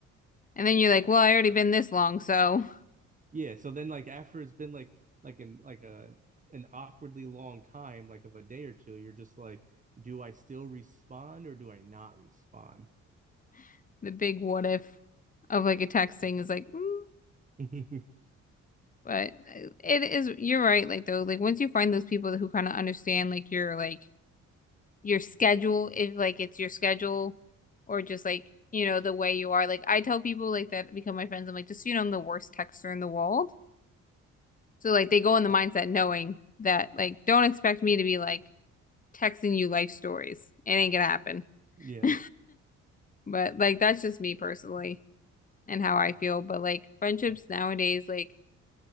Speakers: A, on the left; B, on the right.
A: And then you're like, well, I already been this long, so
B: yeah so then like after it's been like like in like a an awkwardly long time like of a day or two you're just like do i still respond or do i not respond
A: <laughs> the big what if of like a text thing is like, mm,
B: <laughs>
A: but it is, you're right, like though, like once you find those people who kind of understand like your like your schedule, if like it's your schedule or just like, you know, the way you are. Like I tell people like that become my friends, I'm like, just so you know, I'm the worst texter in the world. So like they go in the mindset knowing that like don't expect me to be like texting you life stories. It ain't gonna happen.
B: yeah
A: <laughs> But like that's just me personally and how I feel. But like friendships nowadays, like